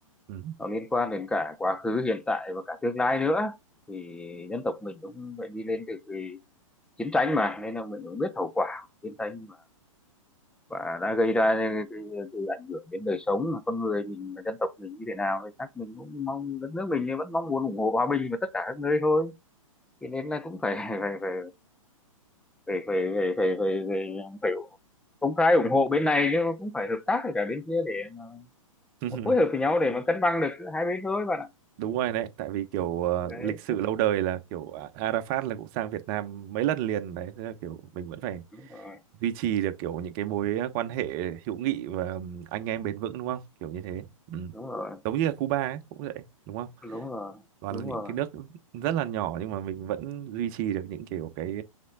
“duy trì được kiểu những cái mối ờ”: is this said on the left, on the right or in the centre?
Right